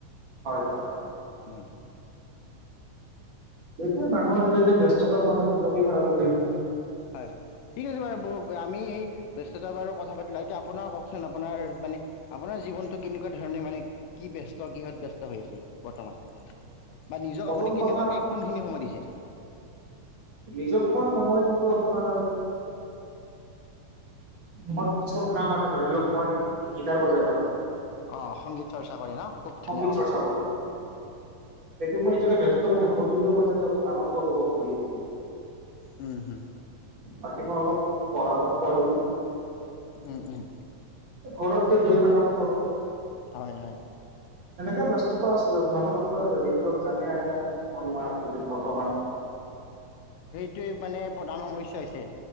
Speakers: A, on the right (about 40°); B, on the left (about 85°).
A: হয় হয়।
B: উম
A: এতিয়া মানুহৰ <unintelligible> ব্যস্ততাৰ মাজত নিজকে পাহৰি গৈছে।
B: হয় হয়, ঠিক আছে বাৰু ব আমি ব্যস্ততা বাৰু কথা পাতিলো এতিয়া আপোনাৰ কওকচোন আপোনাৰ মানে আপোনাৰ জীৱনটো কেনেকুৱা ধৰণে মানে কি ব্যস্ত কিহত ব্যস্ত হৈ আছে বৰ্তমান?
A: <inaudible>
B: বা নিজক
A: প্ৰথম
B: আপুনি কেনেকুৱাকে
A: কথা
B: কোনখিনি সময় দিছে
A: নিজক মই সময় দি তো আপোনাৰ মোৰ কিছুমান কাম আছে ধৰি লওক মই গিটাৰ বজাই ভাল পাওঁ।
B: অ সংগীত চৰ্চা কৰে ন? খুব ধুনীয়া
A: সংগীত
B: কথা
A: চৰ্চা কৰো। সেইটোক মই নিজকে ব্যস্ত বুলি ভালো। <unintelligible> মই তাতে আনন্দ উপভোগ কৰি আছোঁ।
B: উম হুম।
A: বাকী মই অলপ পঢ়া পাত পঢ়ো।
B: উম, উম।
A: ঘৰত যে দুই এটা কাম কৰো।
B: হয়, হয়।
A: সেনেকে ব্যস্ততা আছিলোঁ, মাজত আছো আৰু যিহেতু আমি জানেই আমি আৰু নিবনুৱা আজি বৰ্তমান
B: এইটোৱেই মানে প্ৰধান সমস্যা হৈছে।